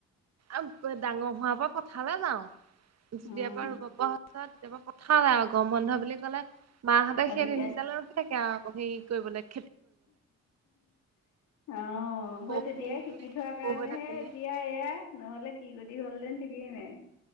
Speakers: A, on the right; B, on the left.
A: আৰু ডাঙৰ হোৱাৰ পৰা পথালে যাও যেতিয়াৰ
B: উম
A: ৰুব পৰা পথালে গৰম বন্ধ বুলি কলে মাহঁতে
B: আজি
A: সেই দিনকেইটালৈ ৰখি থাকে আৰু হেৰি কৰিবলৈ
B: অ অ
A: সৰু
B: হয় তেতিয়াই
A: সৰুতে
B: শিকি থোৱা
A: সৰু
B: কাৰণেহে
A: হৈ থাকোতে
B: এতিয়া এয়া নহলে কি যদি হলহতেন ঠিকেই নাই